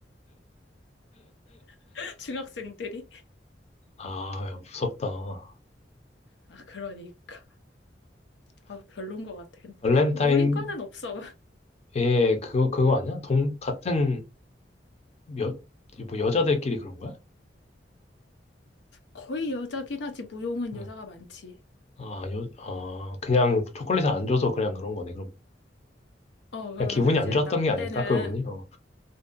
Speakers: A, on the left; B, on the left.
A: <laughs> 중학생들이.
B: 아, 야, 무섭다.
A: 아, 그러니까. 아, 별론 것 같아. 근데
B: 발렌타인
A: <laughs> 우리 과는 없어.
B: 데에 그거 그거 아니야? 동 같은 여, 뭐 여자들끼리 그런 거야?
A: 거의 여자긴 하지, 무용은
B: 응.
A: 여자가 많지.
B: 아, 여, 아, 그냥 초콜릿을 안 줘서 그냥 그런 거네. 그럼
A: 어, 그러면서
B: 그냥 기분이
A: 이제
B: 안 좋았던
A: 나
B: 게 아닐까
A: 때는
B: 그분이? 어,